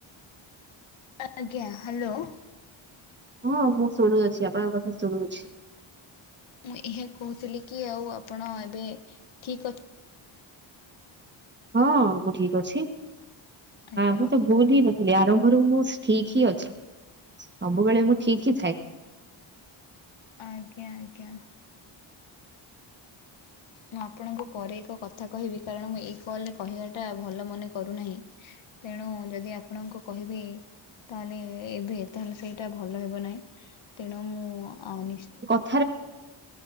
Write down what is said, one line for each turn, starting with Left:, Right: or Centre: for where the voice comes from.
Left: ଆଜ୍ଞା ହ୍ୟାଲୋ।
Right: ହଁ ମୁଁ ଶୁଣୁଅଛି ଆପଣଙ୍କ କଥା ଶୁଣୁଛି।
Left: ମୁଁ ଏହା କହୁଥିଲି କି ଆଉ ଆପଣ ଏବେ ଠିକ୍ ଅ
Right: ହଁ ମୁଁ ଠିକ ଅଛି
Left: ଆଜ୍ଞା
Right: ମୁଁ
Left: ମତେ
Right: ତ ଭୁଲ ହି ନଥିଲି ଆରମ୍ଭରୁ ମୁଁ ଠିକ ହିଁ ଅଛି ସବୁବେଳେ ମୁଁ ଠିକ ହିଁ ଥାଏ।
Left: ଆଜ୍ଞା ଆଜ୍ଞା। ମୁଁ ଆପଣଙ୍କୁ ପରେ ଏକ କଥା କହିବି କାରଣ ମୁଁ ଏଇ କଲରେ କହିବାଟା ଭଲ ମନେ କରୁନାହିଁ। ତେଣୁ ଯଦି ଆପଣଙ୍କୁ କହିବି ତାହେଲେ ଏବେ ତାହେଲେ ସେଇଟା ଭଲ ହେବ ନାହିଁ ତେଣୁ ମୁଁ ଆଉ
Right: <inaudible>